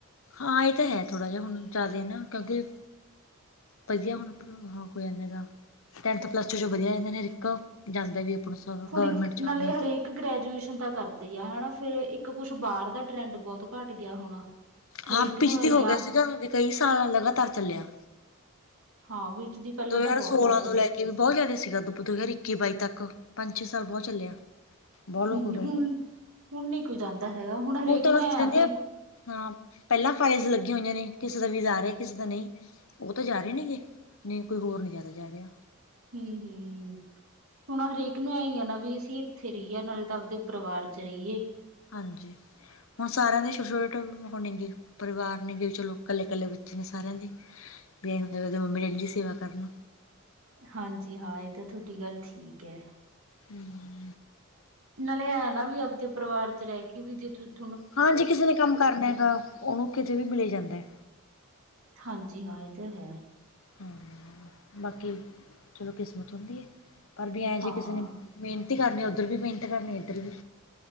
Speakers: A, on the left; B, on the right.
A: ਹਾਂ ਇਹ ਤਾਂ ਹੈ ਥੋੜਾ ਜਿਹਾ ਹੁਣ ਜ਼ਿਆਦਾ ਨਾ ਕਿਉਂਕਿ ਵਧੀਆ ਹੁਣ ਆ ਮਾਹੋਲ ਐਵੇ ਦਾ। ਟੈਥ ਪਲੱਸ ਟੂ ਚੋ ਵਧੀਆ ਆ ਜਾਂਦੇ ਨੇ ਜਾਦਿਆ ਨੂੰ ਆਪ ਸ
B: ਹੁਣ
A: ਗਵਰਮਟ ਜੋਬ
B: ਨਾਲੇ
A: ਮਿਲਦੀ।
B: ਹਰੇਕ ਇੱਕ ਗ੍ਰੈਜੂਏਸ਼ਨ ਤਾਂ ਕਰਦੇ ਆ ਹਨਾ ਫਿਰ ਇੱਕ ਕੁਛ ਬਾਹਰ ਦਾ ਟਰੈਂਡ ਬਹੁਤ ਘੱਟ ਗਿਆ ਹੁਣ। ਹਰੇਕ
A: ਹਾਂ
B: ਨੂੰ
A: ਪਿਛਤੀ
B: ਐ
A: ਹੋ ਗਿਆ
B: ਆ
A: ਸੀਗਾ ਵੀ ਕਈ ਸਾਲਾਂ ਲਗਾਤਾਰ ਚੱਲਿਆ।
B: ਹਾਂ ਵਿੱਚ ਦੀ ਪਹਿਲਾਂ
A: ਦੋ
B: ਤਾਂ
A: ਹਜ਼ਾਰ
B: ਬਹੁਤ
A: ਸੋਲਾਂ
B: ਜ਼ਿਆਦਾ
A: ਤੋਂ
B: ਸੀ
A: ਲੈ ਕੇ ਵੀ ਬਹੁਤ ਜ਼ਿਆਦਾ ਸੀਗਾ ਦ ਦੋ ਹਜ਼ਾਰ ਇੱਕੀ ਬਾਈ ਤੱਕ ਪੰਜ ਛੇ ਸਾਲ ਬਹੁਤ ਚੱਲਿਆ। ਬਹੁਤ ਲੋਕ
B: ਹੂੰ
A: ਗਏ
B: ਹੁਣ ਹੁਣ ਨੀ ਕੋਈ ਜਾਂਦਾ ਹੈਗਾ ਹੁਣ ਹਰੇਕ
A: ਤਾਂ
B: ਨੂੰ
A: ਬਸ
B: ਐ
A: ਜਾਂਦੇ
B: ਵੀ
A: ਆ ਹਾਂ ਪਹਿਲਾਂ ਫਾਈਲਸ ਲੱਗੀਆਂ ਹੋਈਆਂ ਨੇ ਕਿਸੇ ਦਾ ਵੀਜਾ ਆ ਰਿਹਾ ਕਿਸੇ ਦਾ ਨਹੀਂ ਉਹ ਤਾਂ ਜਾ ਰਹੇ ਨੇਗੇ। ਨਹੀਂ ਕੋਈ ਹੋਰ ਨਹੀਂ ਜ਼ਿਆਦਾ ਜਾ ਰਿਹਾ।
B: ਹੂੰ ਹੂੰ। ਹੁਣ ਹਰੇਕ ਨੂੰ ਐ ਹੀ ਆ ਨਾ ਵੀ ਅਸੀਂ ਇੱਥੇ ਰਹੀਏ ਨਾਲੇ ਤਾਂ ਆਪਦੇ ਪਰਿਵਾਰ ਚ ਰਹੀਏ।
A: ਹਾਂਜੀ ਹੁਣ ਸਾਰਿਆਂ ਦੇ <unintelligible> ਹੋਣੀਗੀ। ਪਰਿਵਾਰ ਨੇਗੇ ਚਲੋ ਇਕੱਲੇ ਕੱਲੇ ਬੱਚੇ ਨੇ ਸਾਰਿਆਂ ਦੇ ਵੀ ਹੁੰਦੇ ਦੇ ਮੰਮੀ ਡੈਡੀ ਦੀ ਸੇਵਾ ਕਰਨੀ।
B: ਹਾਂਜੀ ਹਾਂ ਇਹ ਤਾਂ ਤੁਹਾਡੀ ਗੱਲ ਠੀਕ ਹੈ।
A: ਹੂੰ।
B: ਨਾਲੇ ਐਂ ਨਾ ਵੀ ਆਪਦੇ ਪਰਿਵਾਰ ਚ ਰਹਿ ਕੇ ਵੀ ਜੇ ਤੂੰ
A: ਹਾਂ ਜੇ ਕਿਸੇ ਨੇ ਕੰਮ ਕਰਨਾ ਹੈਗਾ ਉਹਨੂੰ ਕਿਤੇ ਵੀ ਮਿਲ ਜਾਂਦਾ ਐ।
B: ਹਾਂਜੀ ਹਾਂ ਇਹ ਤਾਂ ਹੈ।
A: ਹਾਂ ਬਾਕੀ ਚਲੋ ਕਿਸਮਤ ਹੁੰਦੀ ਹੈ ਪਰ ਵੀ ਐ ਜੇਹੇ
B: ਹਾਂ
A: ਕਿਸੇ ਨੇ ਮਿਹਨਤ ਹੀ ਕਰਨੀ ਉੱਧਰ ਵੀ ਮਿਹਨਤ ਕਰਨੀ ਇੱਧਰ ਵੀ।